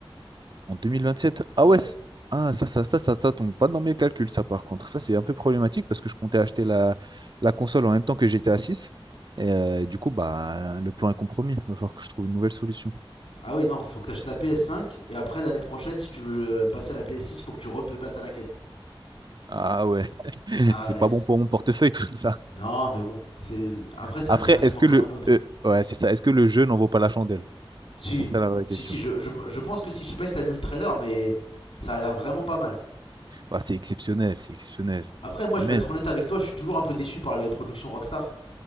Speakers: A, on the right; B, on the left.
A: En 2027? Ah
B: Ouais.
A: ouais, c'est- ah, ça, ça, ça, ça, ça tombe pas dans mes calculs, ça, par contre. Ça, c'est un peu problématique parce que je comptais acheter la, la console en même temps que j'étais à 6. Et euh, du coup, bah, le plan est compromis. Il va falloir que je trouve une nouvelle solution.
B: Ah oui, non, faut que tu achètes la PS5. Et après, l'année prochaine, si tu veux euh, passer à la PS6, il faut que tu repasses à la caisse.
A: Ah ouais, <laughs>
B: Ah
A: c'est
B: ouais.
A: pas bon pour mon portefeuille tout ça.
B: Non, mais bon. c'est Après, c'est
A: Après,
B: un divertissement
A: est-ce que
B: comme
A: le
B: un autre.
A: euh, ouais, c'est ça, est-ce que le jeu n'en vaut pas la chandelle?
B: Si,
A: C'est ça la vraie
B: si,
A: question.
B: si, je, je, je pense que si, je sais pas si t'as vu le trailer, mais ça a l'air vraiment pas mal.
A: Bah, c'est exceptionnel, c'est exceptionnel.
B: Après, moi,
A: Et
B: je
A: même
B: vais être honnête avec toi, je suis toujours un peu déçu par les productions Rockstar.